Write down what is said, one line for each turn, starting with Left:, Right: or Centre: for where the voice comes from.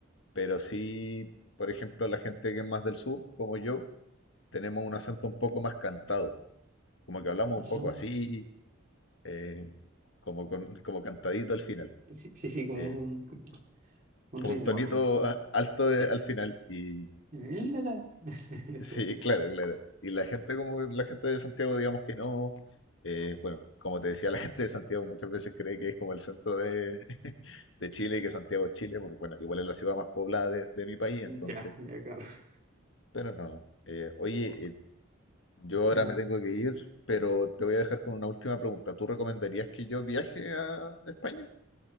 Left: pero sí, por ejemplo, la gente que es más del sur, como yo, tenemos un acento un poco más cantado, como que hablamos
Right: Ah,
Left: un poco así, eh, como con, como cantadito al final,
Right: sí, sí, sí, como
Left: eh,
Right: un... Un
Left: como
Right: ritmo
Left: un tonito
Right: así y tal.
Left: a- alto de-
Right: Es-
Left: al final y
Right: él <laughs> Eso.
Left: Sí, claro, claro. Y la gente como la gente de Santiago, digamos que no, eh, bueno, como te decía, la gente de Santiago muchas veces cree que es como el centro de, <laughs> de Chile y que Santiago es Chile, porque bueno, igual es la ciudad más poblada de, de mi país, entonces,
Right: Ya, ya, Carlos.
Left: pero no. Eh, oye, eh, yo ahora
Right: Genial.
Left: me tengo que ir, pero te voy a dejar con una última pregunta. ¿Tú recomendarías que yo viaje a España?